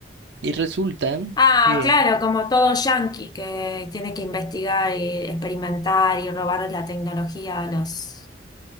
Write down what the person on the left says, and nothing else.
Ah,
claro, como todo yankee que tiene que investigar y experimentar y robar la tecnología a los,